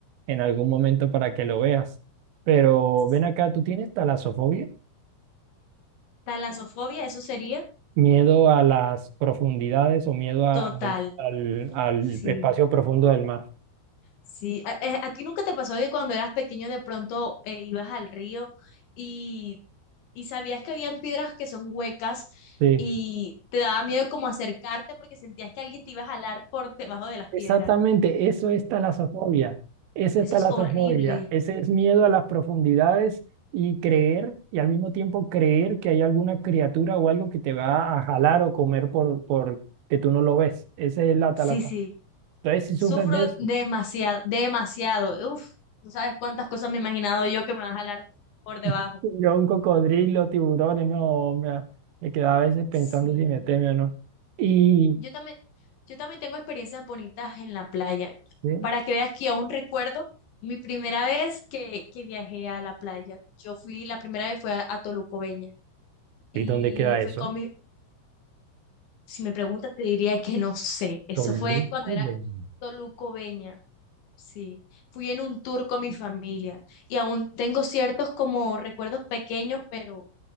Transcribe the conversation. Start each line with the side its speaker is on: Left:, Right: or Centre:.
Right: en algún momento para que lo veas. Pero
Left: Sí.
Right: ven acá, ¿tú tienes talasofobia?
Left: Talasofobia, eso sería
Right: Miedo a las profundidades o miedo a-
Left: total.
Right: al, al- al
Left: Sí,
Right: espacio profundo del mar.
Left: sí. ¿A, eh, ¿a ti nunca te pasó que cuando eras pequeño de pronto eh, ibas al río y, y sabías que habían piedras que son huecas
Right: Sí,
Left: y te daba miedo como acercarte porque sentías que alguien te iba a jalar por debajo de las
Right: exactamente,
Left: piedras?
Right: eso es talasofobia. Esa
Left: Eso
Right: es talasofobia.
Left: es horrible.
Right: Ese es miedo a las profundidades y creer, y al mismo tiempo creer que hay alguna criatura o algo que te va a jalar o comer por, por que tú no lo ves. Esa es la talasofobia.
Left: Sí, sí.
Right: Entonces, si
Left: Sufro
Right: sufres de eso,
Left: demasiado, demasiado. Uf, tú sabes cuántas cosas me he imaginado yo que me va a jalar por debajo.
Right: <laughs> yo un cocodrilo, tiburones, no, me, me quedaba a veces pensando
Left: Sí.
Right: si me teme o no. Y.
Left: Yo también, yo también tengo experiencias bonitas en la playa.
Right: ¿sí?
Left: Para que veas que aún recuerdo mi primera vez que, que viajé a la playa. Yo fui, la primera vez fue a, a Tolucobeña. Y
Right: ¿Y dónde queda eso?
Left: fui con mi, si me preguntas, te diría que no sé. Eso
Right: Toluco
Left: fue cuando era
Right: 20.
Left: Tolucobeña. Sí, fui en un tour con mi familia y aún tengo ciertos como recuerdos pequeños, pero,